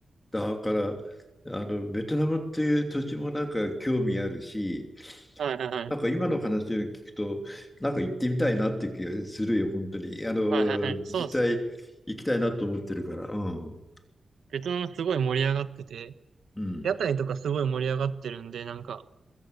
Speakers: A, on the left; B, on the right.
A: だから、あの、ベトナムっていう土地もなんか興味あるし、
B: はいはいはい。
A: なんか今の話を聞くと、なんか行ってみたいなっていう気がするよ、本当に。あの、
B: はいはいはい。
A: 実際行きたいなと思ってるから。
B: そうっす。
A: うん。
B: ベトナムすごい盛り上がってて、
A: うん。
B: 屋台とかすごい盛り上がってるんで、なんか、